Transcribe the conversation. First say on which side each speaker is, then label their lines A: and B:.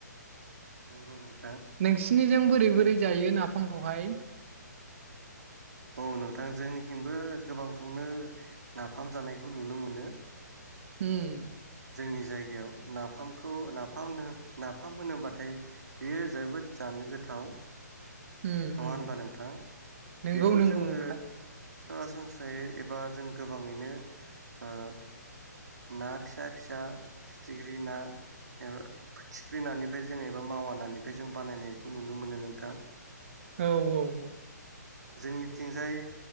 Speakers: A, on the right (about 65°); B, on the right (about 45°).
A: दनो
B: नोंसिनि जों बोरै बोरै जायो नाफामखौहाय?
A: औ नोंथां जोंनिखैबो गोबांखौनो नाफाम जानायखौ नुनो मोनो
B: उम
A: जोंनि जायगायाव नाफामखौ नाफाम नाफाम होनोब्लाथाय बेयो जोबोद जानो गोथाव
B: उम
A: नङा
B: उम
A: होनबा नोंथां
B: नंगौ
A: बेखौ
B: नंगौ
A: जोङो
B: नोंखा
A: सरासनस्रायै एबा जों गोबाङैनो ओ ना फिसा फिसा फिथिख्रि ना एबा फोथिख्रि नानिफ्राय जों एबा मावा नानिफ्राय जों बानायनायखौ नुनो मोनो नोंथां।
B: औ औ औ
A: जोंनिथिंजाय